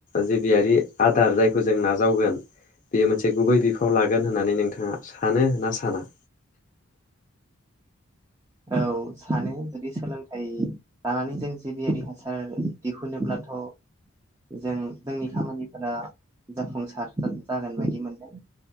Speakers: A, on the left; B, on the right.
A: जि बियारि आदार जायखौ जों नाजावगोन बेयो मोनसे गुबै बिफाव लागोन होननानै नोंथाङा सानो ना साना?
B: औ सानो जुदि सोलोंथाइ लानानै जों जिबियारि हासार दिहुनोब्लाथ' जों जोंनि खामानिफोरा जाफुंसार जागोन बायदि मोनदों।